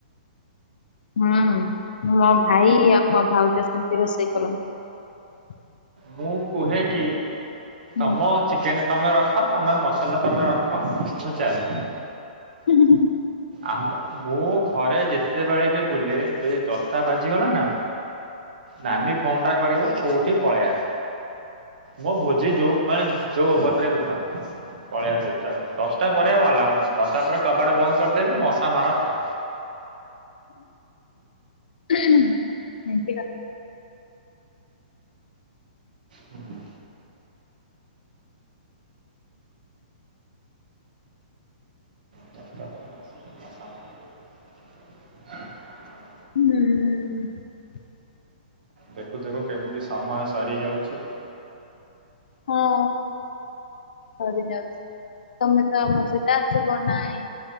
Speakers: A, on the left; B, on the right.
A: ହୁଁ ମୋ ଭାଇ ଆଉ ମୋ ଭାଉଜ ସେମିତି ରୋଷେଇ କରନ୍ତି।
B: ମୁଁ କୁହେ କି
A: ହୁଁ
B: ତମ ଚିକେନ ତମେ ରଖ ତମେ ମସଲା ତମେ ରଖ ମୁଁ ଚାଲି।
A: ହୁଁ ହୁଁଁ।
B: ଆ ମୁଁ ଘରେ ଯେତେବେଳେ ବି ବୁଲେ ଯଦି ଦଶଟା ବାଜିଗଲା ନା। ନାନୀ ଫୋନ ଟା କରିବ କୋଉଠି ପଳେଇ ଆସ। ମୋ ଭୋଜି ଯୋଉ ମାନେ ଯୋଉ ଅବସ୍ଥାରେ ବିଥା ପଳେଇବା ଚୁପୁଚାପ ଦଶଟା ପରେ ଆଉ ଆଲାଉ ନାହିଁ ଦଶଟା ପରେ କବାଟ ବନ୍ତ କରିଦେବେ। ମଶା ମାଡ଼ ଖା
A: ହୁ ଏମିତିକା।
B: ହୁଁ। ଜତ ମା ମାସା <unintelligible>
A: ହୁଁ।
B: ଦେଖୁ ଦେଖୁ କେମିତି ସମୟ ସରି ଯାଉଛି।
A: ହଁ ସରି ଯାଉଛି ତମେ ତ ଆମ ସହିତ ଆସିବ ନାହିଁ।